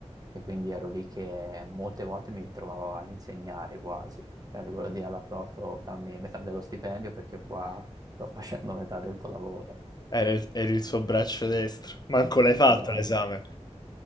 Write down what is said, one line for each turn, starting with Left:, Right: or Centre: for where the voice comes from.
Right: e quindi ero lì che molte volte mi trovavo a insegnare quasi. Cioè, le volevo dire alla prof, "Oh, dammi metà dello stipendio perché qua sto <laughs> facendo metà del tuo lavoro.
Left: Era il, era il suo braccio destro. Manco l'hai fatto
Right: Esatto.
Left: l'esame.